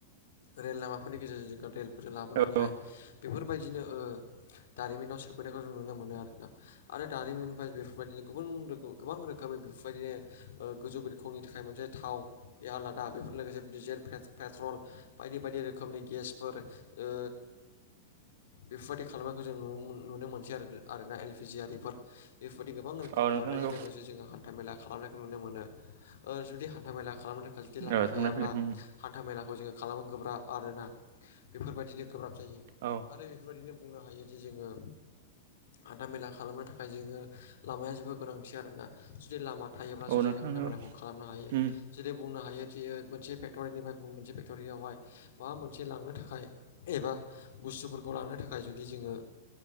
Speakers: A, on the left (about 65°); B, on the right (about 55°).
A: रेल लामाफोरनि गेजेरजों रेलफोरजों लाबोनानैहाय
B: औ
A: बेफोरबायदिनो ओ दारिमिनाव सोफैनायखौ जों नुनो मोनो आरोना। आरो दारिमिनफाय बेफोरबायदिनो गुबुन रोखोम गोबां रोखोमनि बेफोरबायदिनो गोजौ रोखोमनि थाखाय मोनसे थाव बे आलादा बेफोर लोगोसे डिजेल पेट्रल बायदि बायदि रोखोमनि गेसफोर ओ बेफोरबायदि खालामनायखौ जों नुनो मोनसै आरो आरोना एलपिजि आरिफोर। बेफोरबायदि गोबां रोखोमनि
B: औ नोंथां
A: बारनायजों
B: नंगौ
A: लोगोसे जोङो हा न्था मेला खालामनायखौ नुनो मोनो ओ जुदि हान्था मेला खालामनो थाखाय जुदि
B: ओ
A: लामा
B: थांलाय
A: गैयाब्ला
B: फैलाय उम
A: हान्था मेलाखौ जोङो खालामो गोब्राब आरोना बेफोरबायदिनो गोब्राब जायो
B: औ
A: आरो ओरैनो बुंनो हायोदि जोङो हानथा मेला खालामनो थाखाय जोङो लामाया जोबोद गोनांथि आरोना जुदि लामा थायोब्लासो
B: औ नोंथां
A: जोङो हान्था
B: औ
A: मेलाखौ खालामनो हायो
B: उम
A: जेरै बुंनो हायो ओ मोनसे फेक्ट'रिनिफ्राय गुबुन मोनसे फेक्ट'रियावहाय माबा मोनसे लांनो थाखाय एबा बुस्थुफोर खौ लांनो थाखाय जुदि जोङो